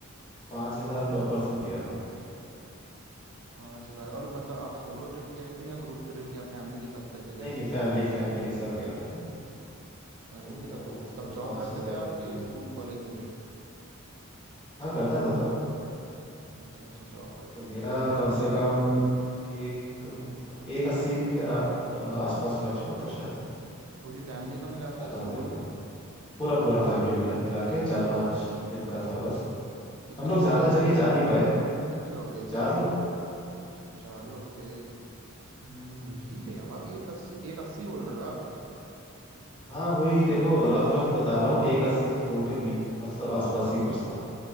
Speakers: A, on the left; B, on the right.
A: पांच हजार पर पर्सन दिया था हमने
B: पाँच हजार और मतलब आप सोलो ट्रिप गए थे या ग्रुप ट्रिप या फैमिली के साथ कैसे गए
A: नहीं नहीं
B: थे
A: फैमिली फैमिली के साथ गया था मैं
B: फैमिली
A: तो
B: के साथ तब
A: उसमें
B: तब जॉब
A: पांच
B: करते
A: हजार
B: थे
A: हम्म
B: आपकी स्कूल
A: हम्म।
B: कॉलेज में थे
A: हाँ करता था तब
B: अच्छा अच्छा जॉब करते
A: तो मेरा
B: थे
A: कम से कम एक एक अस्सी के अरा- आसपास खर्च हुआ था शायद
B: पूरी फैमिली का मिला
A: चार
B: के या
A: पांच
B: सोलो
A: दिन का पूरा पूरा फैमिली मिला मिला के चार पांच दिन का था बस
B: कितने
A: हम लोग
B: लोग
A: ज्यादा
B: गए
A: जगह
B: थे
A: जा नहीं पाए
B: कितने लोग गए
A: चार
B: थे
A: लोग
B: अच्छा चार लोग थे हम्म,
A: हम्म।
B: ठीक है यार एक अस्सी एक अस्सी बोल रहे हो आप
A: हाँ वही देखो रफ रफ बता रहा हूँ एक अस्सी से दो के बीच मतलब आसपास ही कुछ था